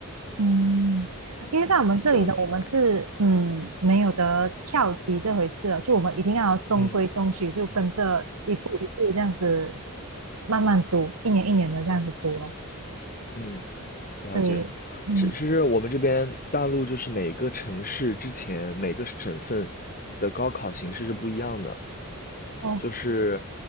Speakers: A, on the right (about 80°); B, on the left (about 40°).
A: 嗯，因为在我们这里的我们是嗯没有得跳级这回事了，
B: 这样子，
A: 就我们一定要中规中矩，
B: 嗯
A: 就跟着一步一步这样子慢慢读，一年一年的这样子读哦。
B: 嗯。了解，
A: 所以嗯，
B: 其其实我们这边大陆就是每个城市之前每个省份的高考形式是不一样的，
A: 哦，
B: 就是